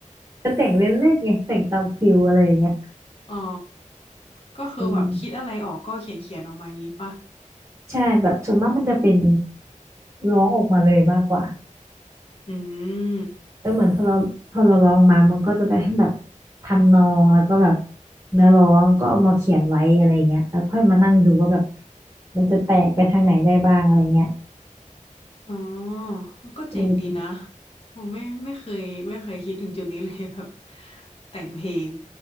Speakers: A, on the right; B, on the left.
A: ก็แต่งเล่นๆไงแต่งตามฟิลอะไรอย่างเงี้ย
B: อ๋อ ก็คือแบบคิดอะไรออกก็เขียนเขียนออกมางี้ป่ะ
A: เออใช่แบบส่วนมากมันจะเป็นร้องออกมาเลยมากกว่า
B: อืม
A: เออเหมือนพอเราพอเราร้องมามันก็จะได้ทั้งแบบทำนองแล้วก็แบบเนื้อร้องก็เอามาเขียนไว้อะไรอย่างเงี้ยแล้วค่อยมานั่งดูว่าแบบมันจะแตกไปทางไหนได้บ้างอะไรเงี้ย
B: อ๋อ ก็เจ๋งดีนะ
A: เออ
B: ผมไม่ไม่เคยไม่เคยคิดถึงจุดนี้เลย <laughs> แบบแต่งเพลง